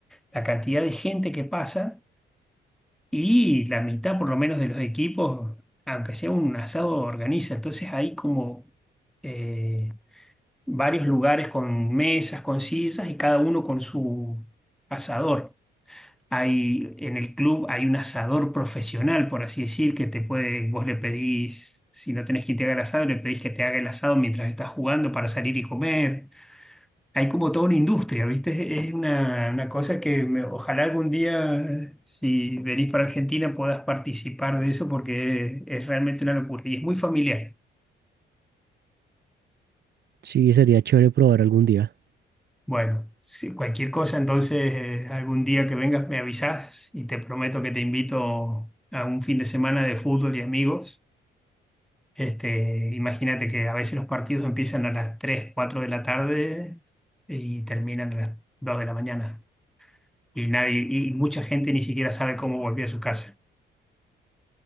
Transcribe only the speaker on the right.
Sí, sería chévere probar algún día.